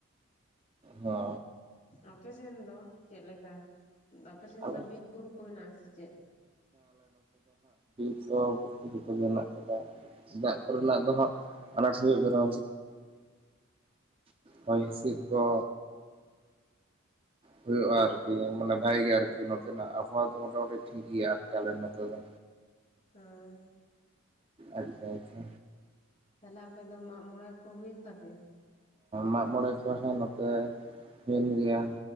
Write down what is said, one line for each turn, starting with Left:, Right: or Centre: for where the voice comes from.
Right: ᱦᱚ
Left: ᱟᱯᱮᱥᱱ ᱫᱚ ᱪᱮᱫᱞᱮᱠᱟ ᱟᱯᱮ ᱥᱮᱱ
Right: ᱟᱞᱮ
Left: ᱫᱚ ᱵᱤᱨ ᱵᱩᱨᱩ ᱠᱚ ᱢᱮᱱᱟᱜ ᱟᱥᱮ ᱪᱮᱫ
Right: ᱚᱛᱚ ᱜᱮ ᱦᱱᱟᱜ ᱠᱟᱫᱟ ᱫᱟᱜ ᱠᱚᱨᱮᱱᱟᱜ ᱫᱚ ᱦᱟᱸᱜ ᱟᱱᱟᱴ ᱦᱩᱭᱩᱜ ᱠᱟᱱᱟ ᱦᱚᱭ ᱦᱤᱸᱥᱤᱫ ᱫᱚ ᱦᱩᱭᱩᱜᱼᱟ ᱟᱨᱠᱤ ᱢᱟᱱᱮ ᱵᱷᱟᱜ ᱜᱮ ᱟᱨᱠᱤ ᱱᱚᱛᱮᱱᱟᱜ ᱟᱵᱚᱦᱟᱣᱟ ᱫᱚ ᱢᱳᱴᱟᱢᱩᱴᱤ ᱴᱷᱤᱠ ᱜᱮᱭᱟ ᱟᱞᱮ ᱱᱚᱛᱮ ᱫᱚ᱾
Left: ᱦᱮᱸ
Right: ᱟᱪᱪᱷᱟ ᱟᱪᱪᱷᱟ
Left: ᱛᱟᱦᱞᱮ ᱟᱯᱮ ᱫᱚ ᱢᱟᱜ ᱢᱚᱚᱲᱮ ᱠᱚ ᱦᱩᱭᱮᱱ ᱛᱟᱯᱮᱭᱟ
Right: ᱢᱟᱜ ᱢᱚᱬᱮ ᱠᱚ ᱦᱮᱸ ᱱᱚᱛᱮ ᱦᱩᱭᱮᱱ ᱜᱮᱭᱟ